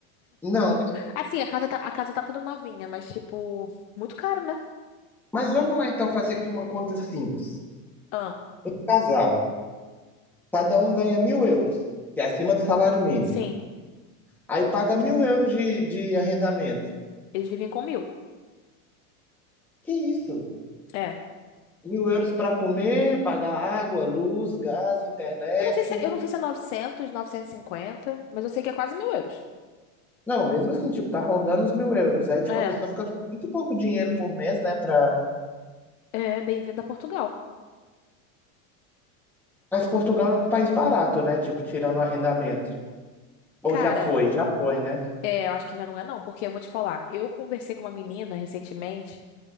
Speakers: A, in the centre; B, on the left.
A: não.
B: Assim, a casa tá, a casa tá toda novinha, mas tipo, muito caro, né?
A: Mas vamos lá então fazer aqui uma conta simples.
B: Ah,
A: Casal, cada um ganha mil euros, que é acima do salário mínimo.
B: sim,
A: Aí paga mil euros de, de arrendamento.
B: eles vivem com mil.
A: Que isso?
B: É.
A: Mil euros para comer, pagar água, luz, gás, internet.
B: Eu não sei se, eu não sei se é novecentos, novecentos e cinquenta, mas eu sei que é quase mil euros.
A: Não, mesmo assim, tipo, tá rondando os mil euros. Aí, tipo,
B: É,
A: a pessoa fica com muito pouco dinheiro por mês, né? Pra...
B: é, bem-vindo a Portugal.
A: Mas Portugal é um país barato, né? Tipo, tirando o arrendamento. Ou
B: Cara,
A: já foi, já foi, né?
B: é, eu acho que já não é não, porque eu vou te falar, eu conversei com uma menina recentemente,